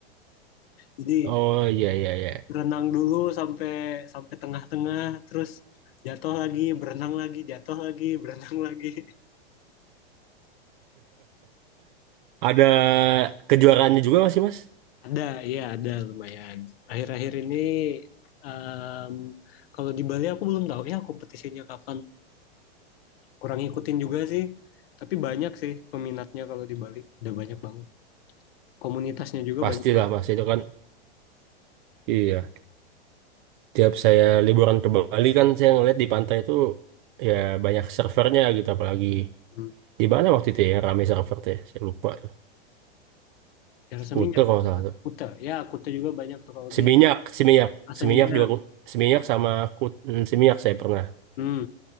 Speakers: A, on the left; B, on the right.
A: Jadi
B: Oh iya iya iya. <laughs>
A: berenang dulu sampai sampai tengah-tengah, terus jatuh lagi, berenang lagi, jatuh lagi, berenang lagi. <laughs>
B: Ada kejuaraannya juga masih mas?
A: Ada, iya ada lumayan. Akhir-akhir ini em, kalau di Bali aku belum tahu ya kompetisinya kapan. Kurang ngikutin juga sih. Tapi banyak sih peminatnya kalau di Bali. Udah banyak banget. Komunitasnya juga
B: Pastilah
A: banyak banget.
B: mas itu kan. Iya. tiap saya liburan ke Bali kan saya ngeliat di pantai itu ya banyak servernya gitu apalagi
A: Hmm.
B: di mana waktu itu ya yang rame server tuh ya saya lupa tuh
A: Ya, rasa
B: Kuta
A: minyak.
B: kalau nggak salah tuh
A: Kuta. Ya, Kuta juga banyak tuh kalau
B: Seminyak
A: di
B: Seminyak
A: asaminya
B: Seminyak juga ku- Seminyak sama Kut hmm, Seminyak saya pernah
A: Hmm,